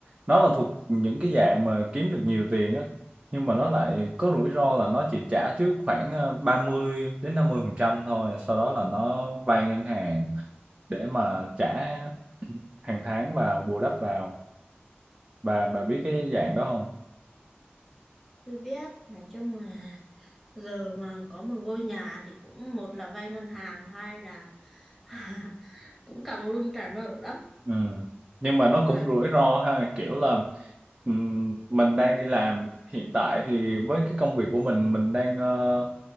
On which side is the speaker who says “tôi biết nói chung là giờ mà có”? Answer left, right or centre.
Centre